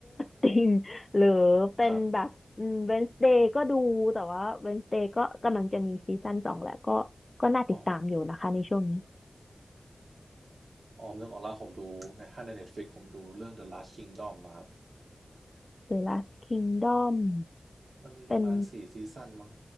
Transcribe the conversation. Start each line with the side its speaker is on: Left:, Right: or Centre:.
Left: Things หรือเป็นแบบอืม
Right: ครับ
Left: Wednesday ก็ดูแต่ว่า Wednesday ก็กำลังจะมีซีซั่นสองแหละก็ก็น่าติดตามอยู่นะคะในช่วงนี้
Right: อ๋อออมเรื่องออนไลน์ผมดูในถ้าใน Netflix ผมดูเรื่อง The Last Kingdom อะครับ
Left: The Last Kingdom
Right: มันมีประมาณสี่ซีซั่นมั้ง
Left: เป็น